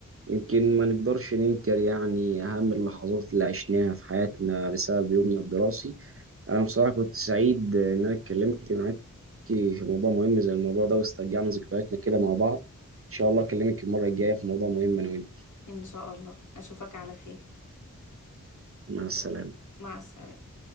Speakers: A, on the right; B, on the left.
A: يمكن ما نقدرش ننكر يعني أهم اللحظات اللي عشناها في حياتنا بسبب يومنا الدراسي، أنا بصراحة كنت سعيد إن أنا اتكلمت معاك في موضوع مهم زي الموضوع ده واسترجعنا ذكرياتنا كده مع بعض، إن شاء الله أكلمك المرة الجاية في موضوع مهم أنا وأنت،
B: ان شاء الله اشوفك على خير
A: مع السلامة.
B: مع السلامة